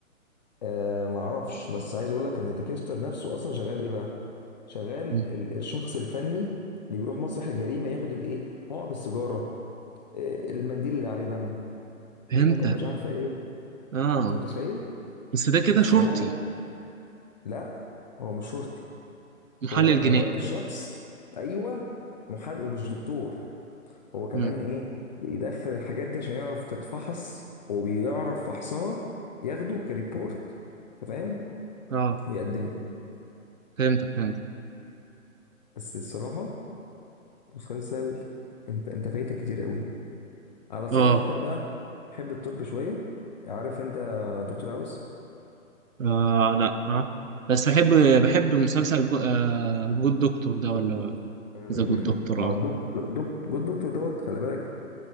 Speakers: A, on the left (about 30°); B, on the right (about 70°).
A: آه ما اعرفش بس عايز اقول لك ان ديكستر نفسه اصلا شغال ايه بقى؟ شغال
B: مم.
A: ال- الشخص الفني اللي بيروح مسرح الجريمة ياخد الايه؟ هو السيجارة آه، المنديل اللي عليه دم
B: فهمتك
A: المكان مش عارفة ايه
B: اه
A: انت متخيل؟
B: بس ده كده
A: فهو
B: شرطي
A: لا هو مش شرطي
B: محلل
A: هو هو
B: جنائي
A: الشخص ايوه محامي ومش دكتور هو كمان
B: مم.
A: ايه بيدخل الحاجات دي عشان يعرف تتفحص وبيعرف فحصها ياخده كريبورت تمام
B: اه
A: ويقدمه
B: فهمتك فهمت
A: بس الصراحة مسلسل انت انت فايتك كتير قوي على الصعيد
B: اه
A: الاخر بقى بحب الطب شوية عارف انت دكتور هاوس
B: اه لا اه بس بحب بحب مسلسل جو... آه... جود دكتور ده ولا
A: ذا جود دكتور
B: ذا جود دكتور
A: او دك دك جود دكتور دوت خلي بالك